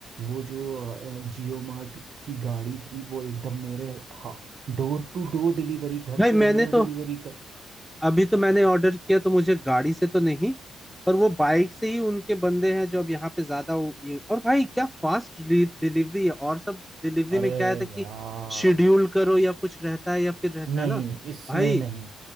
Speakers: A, on the right (about 65°); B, in the centre.
A: वो जो जियो मार्ट की गाड़ी थी वो एकदम मेरे हा डोर टू डोर डिलीवरी घर
B: नहीं
A: के
B: मैंने
A: अंदर डिलीवरी
B: तो
A: कर
B: अभी तो मैंने ऑर्डर किया तो मुझे गाड़ी से तो नहीं पर वो बाइक से ही उनके बंदे हैं जो अब यहाँ पे ज्यादा उ- ये और भाई क्या फास्ट डिलीवरी है और सब डिलीवरी
A: अरे
B: में क्या रहता है
A: यार
B: कि शेड्यूल करो या कुछ रहता है या फिर रहता
A: नहीं
B: है ना
A: इसमें
B: भाई
A: नहीं